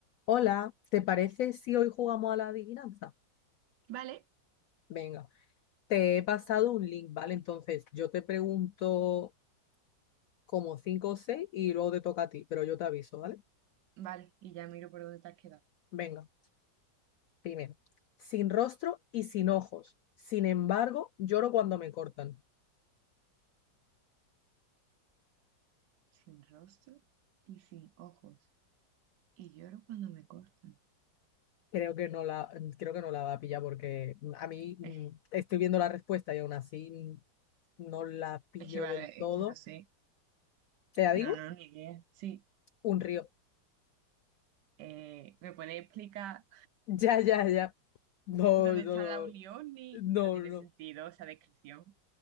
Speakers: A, on the left; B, on the right.
A: Hola, ¿te parece si hoy jugamos a la adivinanza?
B: Vale,
A: Venga, te he pasado un link, ¿vale? Entonces yo te pregunto como cinco o seis y luego te toca a ti, pero yo te aviso, ¿vale?
B: vale, y ya miro por dónde te has quedado.
A: Venga, primero. Sin rostro y sin ojos. Sin embargo, lloro cuando me cortan.
B: Sin rostro y sin ojos. Y lloro cuando me cortan.
A: Creo que no la, creo que no la va a pillar porque a mí mm,
B: Es,
A: estoy viendo la respuesta y aún así mm, no la pillo
B: es que vale,
A: del todo.
B: es que no sé.
A: ¿Te la digo?
B: No, no, ni idea. Sí.
A: Un río. <laughs>
B: eh, ¿me puedes explicar
A: Ya, ya, ya. No,
B: dónde
A: no,
B: está la unión? Ni...
A: no,
B: No tiene
A: no. no.
B: sentido esa descripción.